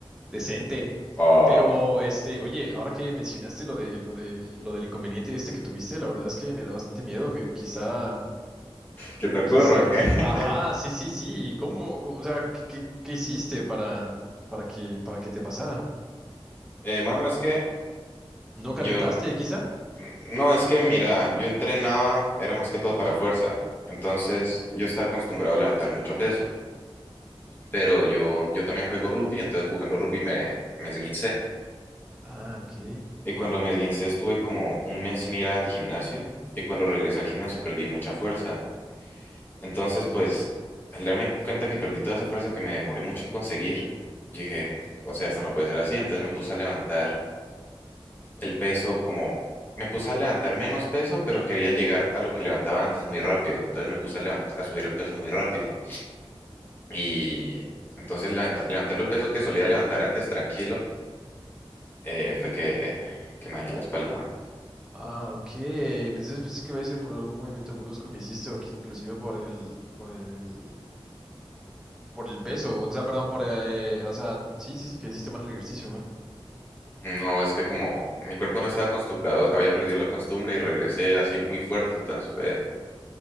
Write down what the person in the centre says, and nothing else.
decente.
Pero, este, oye, ahora que mencionaste lo de, lo de, lo del inconveniente este que tuviste, la verdad es que me da bastante miedo que quizá,
quizá,
ajá, sí, sí, sí, ¿y ¿cómo, cómo- o sea, qué, qué, qué hiciste para, para que, para que te pasara?
¿No calentaste,
quizá?
Ah, ok.
Ah, ok. Pensé, pensé que había sido por algún movimiento brusco que hiciste o que inclusive por el, por el, por el peso, o sea, perdón, por, eh, o sea, sí, sí, sí, que hiciste mal el ejercicio, o algo.